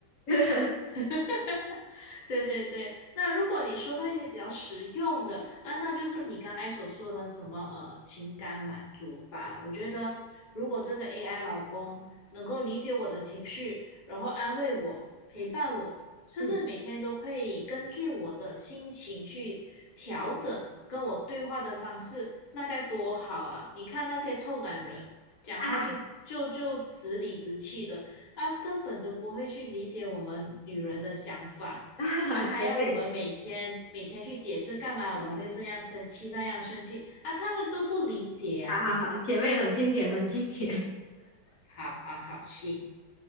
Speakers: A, on the left; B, on the left.
A: <laughs>
B: <laughs> 对对对，那如果你说到一些比较实用的啊，那就是你刚才所说的什么呃情感满足吧。我觉得如果这个 AI 老公能够理解我的情绪，然后安慰我、陪伴我，甚至每天都可以根据我的心情去调整跟我对话的方式，
A: 嗯，
B: 那该多好啊！你看那些臭男人讲话就就就直理直气的，
A: 哈哈，
B: 啊，根本都不会去理解我们女人的想法，
A: <laughs>
B: 啊，还要我们每天每天去解释干嘛我们会这样生气那样生气啊，
A: 姐妹，
B: 他们都不理解啊。
A: 好好好，姐妹冷静点，冷静点。
B: 好好好，行，